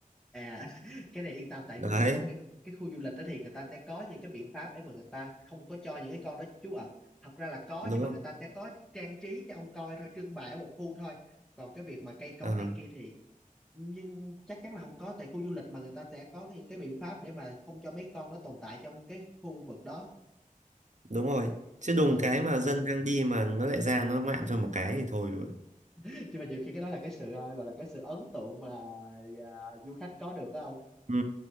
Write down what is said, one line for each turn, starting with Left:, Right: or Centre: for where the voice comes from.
Centre: À, <laughs> cái này yên tâm tại
Right: đấy
Centre: vì biết sao cái cái khu du lịch đó thì người ta sẽ có những cái biện pháp để mà người ta không có cho những cái con đó trú ẩn. Thật ra là có
Right: đúng
Centre: nhưng mà
Right: rồi
Centre: người ta sẽ có trang trí cho ông coi thôi, trưng bày ở một khu thôi. Còn cái việc mà cây cối
Right: À,
Centre: này kia thì nhưng chắc chắn là không có tại khu du lịch mà người ta sẽ có những cái biện pháp để mà không cho mấy con đó tồn tại trong cái khu vực đó.
Right: đúng rồi chứ đùng
Centre: Ờ.
Right: cái mà dân đang đi mà nó lại ra nó ngoạm cho một cái thì thôi luôn
Centre: <laughs> Nhưng mà nhiều khi cái đó là cái sự ờ, gọi là cái sự ấn tượng mà ờ, du khách có được phải không?
Right: ừ